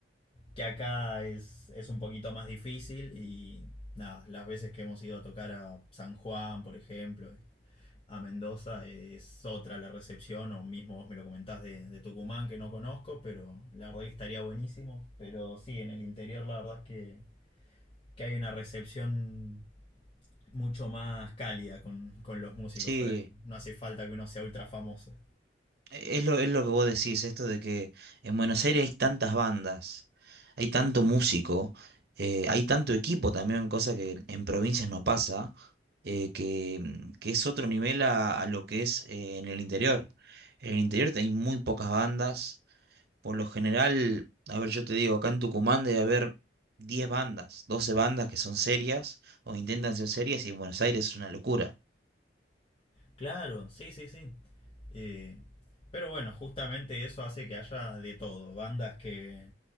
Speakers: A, on the left; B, on the right.
A: que acá es, es un poquito más difícil y nada, las veces que hemos ido a tocar a San Juan, por ejemplo, a Mendoza, es otra la recepción, o mismo vos me lo comentás de, de Tucumán, que no conozco, pero la verdad que estaría buenísimo. Pero sí, en el interior la verdad es que, que hay una recepción mucho más cálida con, con los músicos
B: Sí.
A: por ahí. No hace falta que uno sea ultra famoso.
B: Es lo, es lo que vos decís, esto de que en Buenos Aires hay tantas bandas, hay tanto músico, eh, hay tanto equipo también, cosa que en provincias no pasa, eh, que, mm, que es otro nivel a, a lo que es eh, en el interior. En el interior hay muy pocas bandas, por lo general, a ver, yo te digo, acá en Tucumán debe haber 10 bandas, 12 bandas que son serias o intentan ser serias y en Buenos Aires es una locura.
A: Claro, sí, sí, sí. Eh, pero bueno, justamente eso hace que haya de todo. Bandas que,